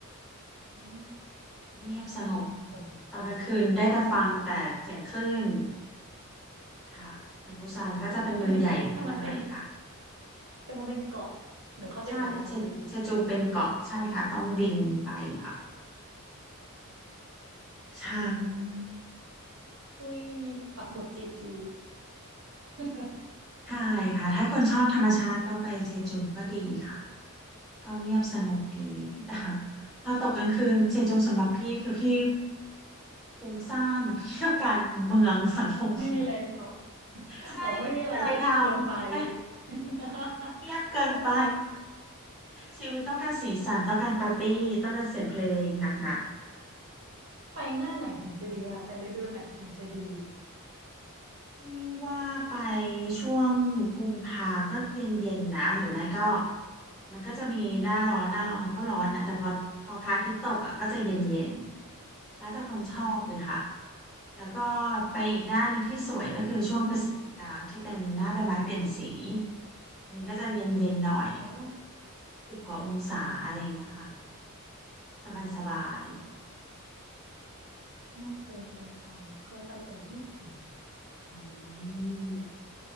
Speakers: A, on the right (about 60°); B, in the centre.
A: อ่า
B: เงียบสงบ
A: น่าสนใจ
B: ตอนกลางคืนได้แต่ฟังแต่เสียงคลื่นค่ะแต่ปูซานก็จะเป็นเมืองใหญ่ขึ้นมาหน่อยค่ะ
A: แต่เห็นแต่มันเป็นแต่มันเป็นเกาะหนูเข้าใจถูกไหมคะเจจู
B: ใช่เชเชจูเป็นเกาะใช่ค่ะต้องบินไปค่ะ ใช่
A: อืมเฮ้ยปักหมุดเจจู <laughs>
B: ใช่ค่ะถ้าคนชอบธรรมชาติก็ไปเจจูก็ดีค่ะก็เงียบสงบดีแต่พอตกกลางคืนเจจูสำหรับพี่คือพี่ฟุ้งซ่านนะพี่ต้องการเมืองสังคมเมือง
A: ไม่มีอะไรทำอะ
B: ใช่ไม่มีอะไรทำ
A: อ๋อไม่มีอะไรเกินไป <laughs>
B: เงียบเกินไปชีวิตต้องการสีสันต้องการปาร์ตี้ต้องการเสียงเพลงหนักๆ
A: ไปหน้าไหนถึงจะดีคะไปฤดูไหนถึงจะดี
B: ที่ว่าไปช่วงกุมภาก็เย็นๆนะหรือไม่ก็มันก็จะมีหน้าร้อนหน้าร้อนเขาก็ร้อนนะแต่พอพอพระอาทิตย์ตกอ่ะก็จะเย็นๆแล้วแต่คนชอบเลยค่ะ
A: อ๋อ
B: แล้วก็ไปอีกหน้าหนึ่งที่สวยก็คือช่วงพฤศจิกาที่เป็นหน้าใบไม้เปลี่ยนสีอันนี้ก็จะเย็นๆหน่อย
A: โอ้
B: สิบกว่าองศาอะไรอย่างเงี้ยค่ะสบาย
A: ไม่เคยไปเกาเคยไปแต่ญี่ปุ่น
B: ๆอืม